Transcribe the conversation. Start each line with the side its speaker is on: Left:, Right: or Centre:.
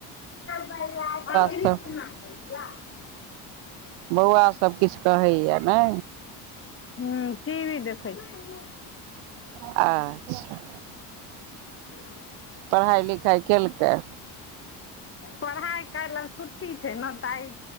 Left: <inaudible>
Right: सब बौआ सभ किछ कहैए नै।
Left: हूँ टीवी देखै छै।
Right: अच्छा
Left: <inaudible>
Right: पढ़ाइ लिखाइ केलकै।
Left: पढ़ाइ काल्हि आब छुट्टी छै ने तऽ आइ